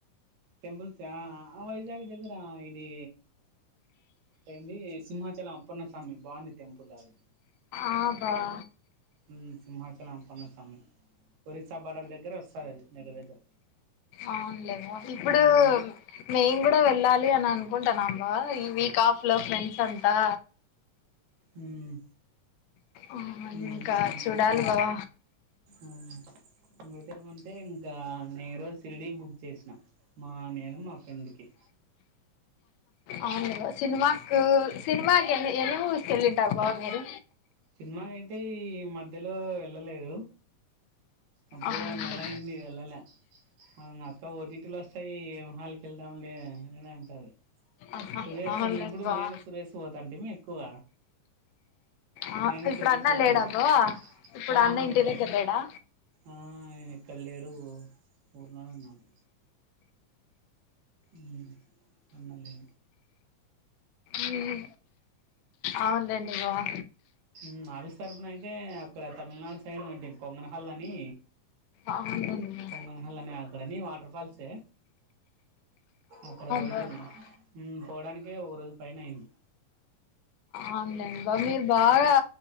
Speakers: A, on the right (about 80°); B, on the left (about 80°).
A: టెంపుల్సి ఆ వైజాగ్ దగ్గర ఇది ఏంది సింహాచలం అప్పన్న స్వామి బాగుంది టెంపుల్ అది
B: ఆ బావ
A: ఉమ్ సింహాచలం అప్పన్న స్వామి ఒరిస్సా బార్డర్ దగ్గర వస్తది అది దగ్గర దగ్గర
B: అవునులే బావ ఇప్పుడు
A: ఉమ్
B: మేము కూడా వెళ్ళాలి అని అనుకుంటనాం బావ ఇ వీక్ ఆఫ్ లో ఫ్రెండ్స్ అంతా
A: మ్మ్
B: ఆ
A: ఊ
B: ఇంకా
A: ఊ
B: చూడాలి బావ
A: ఊ ఇంగోటేమంటే దా నే రోజు షిరిడీకి బుక్ చేసినా మా నేను మా ఫ్రెండ్ కి
B: అవును గదా సినిమాకు సినిమా కెని ఎన్ని మూవీస్ కెళ్ళింటారు బావా మీరు
A: సిన్మాకయితే ఈ మ ధ్యలో వెళ్ళలేదు అప్పుడే
B: అవునులే
A: ఓ నెల అయింది వెళ్ళలే అవును అక్క ఓ టి టి లోస్తాయి ఏం హాల్ కెళ్దాం లే <unintelligible> అంటాది
B: ఆహా
A: సురేష్
B: అవునులే
A: ఉన్నప్పుడు
B: బావ
A: నేను సురేష్ పోతంటిమి ఎక్కువ,
B: ఆ
A: నేను
B: ఇప్పుడు
A: సురేష్
B: అన్న
A: పోతంటిమి,
B: లేడాబో ఇప్పుడు
A: ఆహా
B: అన్న ఇంటి
A: లేడు
B: దగ్గర లేడా
A: ఆ ఇక్కడ లే డు ఊర్లోనే ఉన్నాడు ఉమ్ అన్నంతిని
B: ఉమ్ అవును లేండి బావా
A: మ్మ్ ఆఫీస్ తరఫున అయితే అక్కడ తమిళనాడు సైడ్ వోయింటిమి కొంగనహల్ అని
B: అవునులేండి బా
A: కొంగనహల్ అని అక్కడని వాటర్ ఫాల్సే అక్కడ వోయింటిమి
B: బా
A: మ్మ్ పోవడానికే ఓ రోజు, పైనైంది
B: ఆవులేన్ బావ్ మీరు బాగా